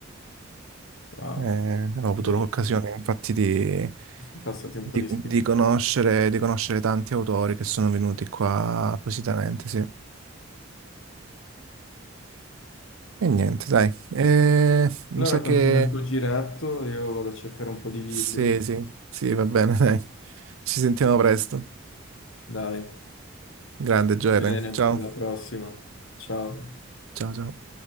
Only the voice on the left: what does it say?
wow.
Quindi
sono passati un
po' di scrittori.
Allora
continua
il tuo giretto, io vado a cercare un po' di libri.
Dai,
bene,
alla prossima. Ciao.